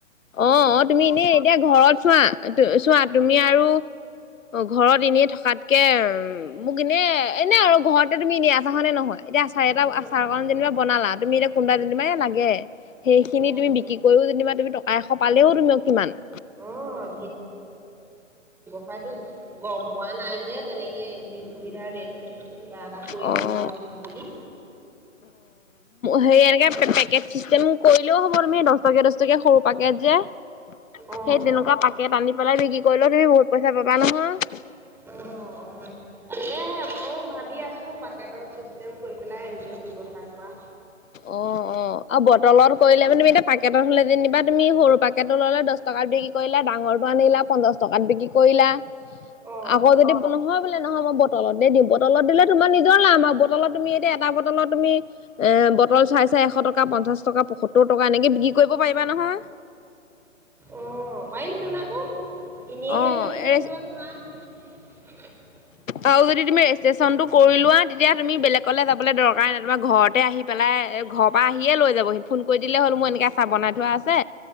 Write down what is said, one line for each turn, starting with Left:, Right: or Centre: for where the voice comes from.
Left: অ অ তুমি এনেই এতিয়া ঘৰত চোৱা, চোৱা তুমি আৰু অ ঘৰত এনেই থকাত কে মোক এনে এনে আৰু ঘৰতে তুমি এন আছা হয় নে নহয়? এতিয়া এটা
Centre: অ',
Left: আচাৰ কাণ যেনিবা বনালা। তুমি এতিয়া কোনোবা যেনিবা এ লাগে সেইখিনি
Centre: অ'।
Left: তুমি বিক্ৰী কৰিও যেনিবা তুমি টকা এশ পালেও তুমি কিমান।
Centre: অ', সেইতো গম পোৱা নাই যে, তেনেকে এন জি অ'ৰ সুবিধা ৰেজিষ্ট্ৰেচন কিবা এটা কৰিব
Left: অ'।
Centre: পৰা হয় বুলি।
Left: হেৰি এনেকে পেকেট চিষ্টেম কৰিলেও হ'ব। তুমি দহ টকীয়া দহ টকীয়া সৰু পেকেট যে সেই
Centre: অ'।
Left: তেনেকুৱা পেকেট পাকেত আনি পেলাই বিক্ৰী কৰিলেও তুমি বহুত পইচা পাবা নহয়।
Centre: অ', তাকেহে ময়ো ভাবি আছো পাকেটৰ চিষ্টেম কৰি পেলাই এন জি অ ব্যৱসাৰ কৰা।
Left: অ', অ আৰু বটলত কৰিলে মানে তুমি এতিয়া পাকেটত হ'লে যেনিবা তুমি সৰু পাকেটটো ল'লে দহ টকা বিক্ৰী কৰিলে ডাঙৰটো আনিলা পঞ্চাশ টকাত বিক্ৰী কৰিলা।
Centre: অ'।
Left: আকৌ যদি নহয় বোলে নহয়। মই বটলতে দিম। বটলত দিলে তোমাৰ নিজৰ লাভ, বটলত তুমি এতিয়া এটা বটলত তুমি এ বটল চাই চাই এশ টকা, পঞ্চাশ টকা, পয়সত্তৰ টকা এনেকে বিক্ৰী কৰিব পাৰিবা নহয়।
Centre: অ অ পাৰিম তোন আকৌ এনেইহে
Left: অ',
Centre: থাকো <unintelligible>
Left: আৰু যদি তুমি ৰেজিষ্ট্ৰেচনটো কৰি লোৱা। তেতিয়া তুমি বেলেগলে যাবলৈ দৰকাৰেই নাই। তোমাৰ ঘৰতে আহি পেলাই ঘৰৰ পৰা আহিয়ে লৈ যাবহি। ফোন কৰি দিলে হ'ল মোৰ এনেকৈ চাহ বনাই থোৱা আছে